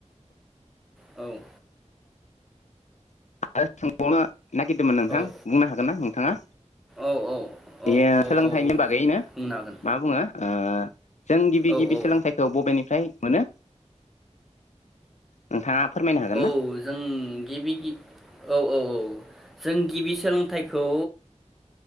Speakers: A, in the centre; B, on the left.
A: औ औ
B: <unintelligible> नागिरदोंमोन नोंथां
A: औ
B: बुंनो हागोन ना नोंथाङा?
A: औ औ
B: बेयो
A: औ
B: सोलोंथाइनि
A: औ
B: बागैनो
A: बुंनो हागोन
B: मा बुङो ओ जों गिबि
A: औ
B: गिबि
A: औ
B: सोलोंथाइखौ बबेनिफ्राय मोनो नोंथाङा फोरमायनो हागोन
A: औ
B: ना
A: जों गिबि गि औ औ औ जों गिबि सोलोंथाइखौ